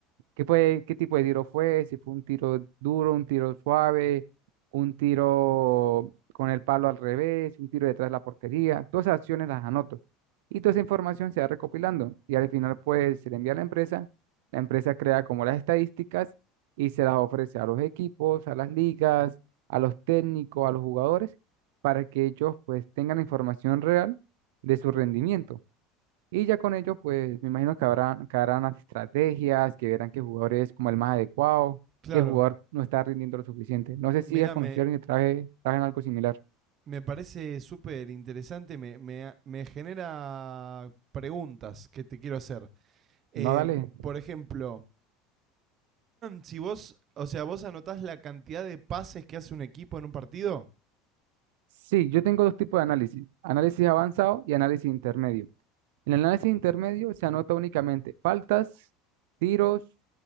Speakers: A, on the right (about 80°); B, on the right (about 30°).
A: ¿Qué fue, qué tipo de tiro fue? Si fue un tiro duro, un tiro suave, un tiro con el palo al revés, un tiro detrás de la portería. Todas esas acciones las anoto. Y toda esa información se va recopilando. Y al final, pues, se le envía a la empresa. La empresa crea como las estadísticas y se las ofrece a los equipos, a las ligas, a los técnicos, a los jugadores, para que ellos, pues, tengan información real de su rendimiento. Y ya con ello, pues me imagino que habrán, que harán las estrategias, que verán qué jugador es como el más adecuado,
B: Claro.
A: qué jugador no está rindiendo lo suficiente. No sé si
B: Mirá,
A: has conocido
B: me,
A: a alguien que traje, traje en algo similar.
B: me parece súper interesante, me, me, me genera preguntas que te quiero hacer. Em,
A: No, dale.
B: por ejemplo, si vos, o sea, vos anotás la cantidad de pases que hace un equipo en un partido,
A: Sí, yo tengo dos tipos de análisis, análisis avanzado y análisis intermedio. En el análisis intermedio se anota únicamente faltas, tiros,